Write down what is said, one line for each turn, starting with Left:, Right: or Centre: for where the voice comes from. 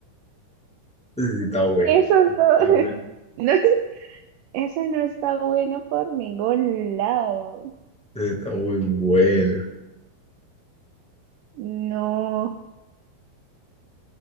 Centre: sí está bueno.
Right: Eso
Centre: Ese
Right: es
Centre: sí
Right: todo.
Centre: está
Right: <laughs>
Centre: bueno.
Right: No, eso no está bueno por ningún lado.
Centre: Ese sí está muy bueno.
Right: No,